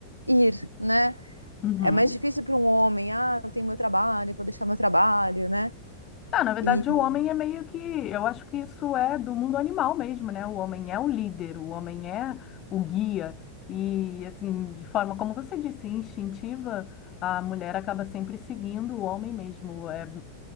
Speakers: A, on the right (about 85°); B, on the left (about 35°).
A: ir, né?
B: Uhum.
A: É mais difícil para um homem, ah, eu tenho meu trabalho, vou deixar meu trabalho, né?
B: Ah, na verdade,
A: E
B: o homem é meio que. Eu acho que isso é do mundo animal mesmo, né? O homem é o líder, o homem é o guia. E, assim, de forma, como você disse, instintiva, a mulher acaba sempre seguindo o homem mesmo. É,